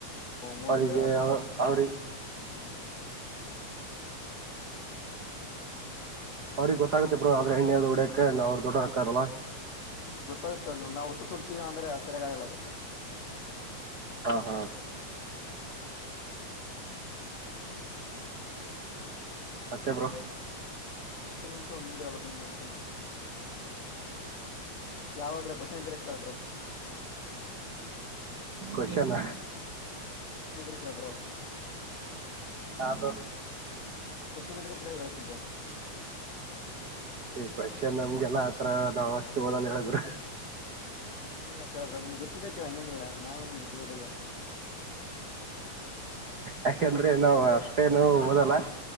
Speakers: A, on the left; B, on the right.
A: ಮೂವತ್ತಿಗೆ
B: ಅವ್ರಿಗೆ
A: ಹತ್
B: ಅವ ಅವ್ರಿ. ಅವ್ರಿಗ್ ಗೊತ್ತಾಗತ್ತೆ ಬ್ರೋ ಆದ್ರೆ ಎಣ್ಣೆದ್ ಉಡಕ್ ಅವ್ರ್ ದೊಡ್ಡರ್ ಆಕ್ಕಾರಲ್ಲ.
A: ಹ್ಮ್ ಗೊತ್ತಾಗುತ್ತೆ ಅವ್ರಿಗೆ ಒಂದು ನಾವು ಹುಚ್ಚು ಚುಡ್ತೀವಿ ಅಂದ್ರೆ ಸರಿಯಗಗಲ್ಲ ಅದ
B: ಹಾ ಹಾ
A: ಹ್ಮ್
B: ಮತ್ತೆ ಬ್ರೋ
A: ಮತ್ತೆನಲ್ ಬ್ರೋ ನಿಂದ್ ಹೇಳ್ಬೇಕ್ ನಿನ್ ಏನ್ ಒಂಚೂರ್ ಯಾವಾದ್ರೆ ಕ್ವೆಶ್ಚನ್ ಇದ್ರೆ ಕೇಳು ಬ್ರೋ.
B: ಕೊಶನ್
A: ವಿಷ್ಣು ಹತ್ರ ಕೇಳ್ ಬ್ರೋ.
B: ಹಾ ಬ್ರೋ
A: ಕೊಷನ್ ಎತ್ರ ಕಳ ಕಳ್ತನ ಪ್ರೊ
B: ಕ್ವೊಶನ್ ನಮ್ಗೆಲ್ಲ ಆತರ ನಾವ್ ಅಷ್ಟು ಓದಲ್ಲ ಹೇಳಗ್ರ
A: ಹಂಗೇನಿಲ್ಲಾ ಕೇಳಬ್ರ ನಿನ್ಗೆ ಗೊತ್ತಿದ್ದ್ ಕೇಳ ಹಂಗೇನಿಲ್ಲಾ ನಾ ನಿಮ್ ಜಿಗ್ಗೋದಿಲ್ಲ.
B: ಯಾಕಂದ್ರೆ ನಾವು ಅಷ್ಟೇನು ಓದಲ್ಲ